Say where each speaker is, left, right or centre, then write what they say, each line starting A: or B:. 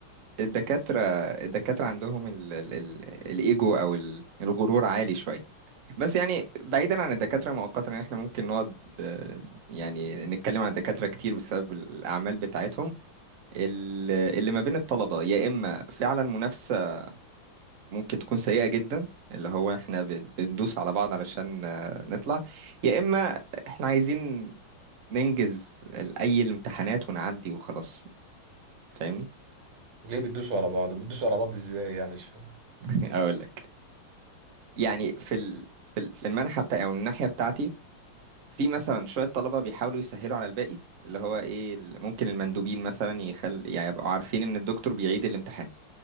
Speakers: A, on the right; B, on the right.
A: الدكاترة الدكاترة عندهم ال ال ال الإيجو أو ال- الغرور عالي شوية بس يعني بعيدا عن الدكاترة مؤقتا يعني احنا ممكن نقعد آه، يعني نتكلم عن الدكاترة كتير بسبب الأعمال بتاعتهم ال- اللي ما بين الطلبة يا إما فعلا منافسة ممكن تكون سيئة جدا اللي هو احنا بن- بندوس على بعض علشان آه، نطلع يا إما احنا عايزين ننجز ال- أي الامتحانات ونعدي وخلاص فاهمني؟
B: ليه بتدوسوا على بعض وبتدوسوا على بعض ازاي يعني مش فاهم
A: <laughs> أقول لك يعني في ال... في ال... في المنحة بتاعي او الناحية بتاعتي في مثلا شوية طلبة بيحاولوا يسهلوا على الباقي اللي هو ايه ال- ممكن المندوبين مثلا يخل يعني يبقوا عارفين ان الدكتور بيعيد الامتحان